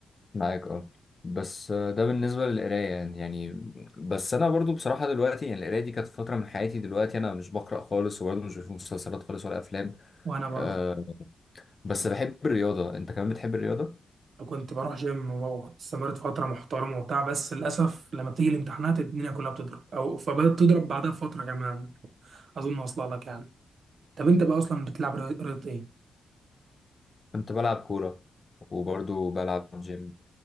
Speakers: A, on the left (about 35°); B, on the right (about 65°).
A: معاك اه بس آه، ده بالنسبة للقراية يعني يعني بس أنا برضو بصراحة دلوقتي يعني القراية دي كانت فترة من حياتي دلوقتي أنا مش بقرأ خالص وبرضو مش بشوف مسلسلات خالص ولا أفلام
B: وانا برضه
A: أه بس بحب الرياضة أنت كمان بتحب الرياضة؟
B: كنت بروح جيم واستمرت فترة محترمة وبتاع بس للأسف لما بتيجي الامتحانات الدنيا كلها بتضرب أو فبدأت تضرب بعدها بفترة كمان أظن واصلة لك يعني طب أنت بقى أصلا بتلعب رياضة رياضة إيه؟
A: كنت بلعب كورة وبرضو بلعب جيم